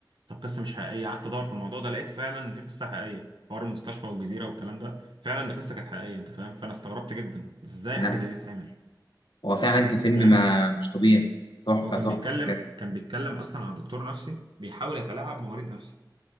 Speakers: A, on the right; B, on the left.
A: طب قصه مش حقيقيه قعدت ادور في الموضوع ده لقيت فعلا ان في قصه حقيقيه حوار المستشفى والجزيره والكلام ده فعلا دي قصه كانت حقيقيه انت فاهم فانا استغربت جدا ازاي
B: لا
A: حاجه زي دي تتعمل
B: هو فعلا كفيلم
A: انت فاهم
B: ما مش طبيعي تحفة
A: هو كان
B: تحفة
A: بيتكلم
B: بجد
A: كان بيتكلم اصلا عن دكتور نفسي بيحاول يتلاعب بمريض نفسي